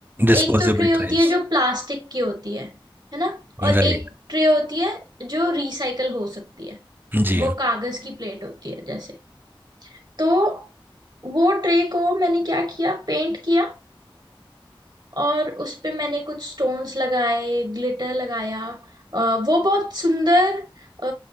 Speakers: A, on the right; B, on the right.
A: डिस्पोजेबल
B: एक तो ट्रे होती
A: ट्रेज
B: है जो प्लास्टिक की होती है है ना और
A: राइट
B: एक ट्रे होती है जो रिसाइकल हो सकती है
A: जी
B: वो कागज की प्लेट होती है जैसे तो वो ट्रे को मैंने क्या किया पेंट किया और उस पे मैंने कुछ स्टोन्स लगाए ग्लिटर लगाया अ, वो बहुत सुंदर अ,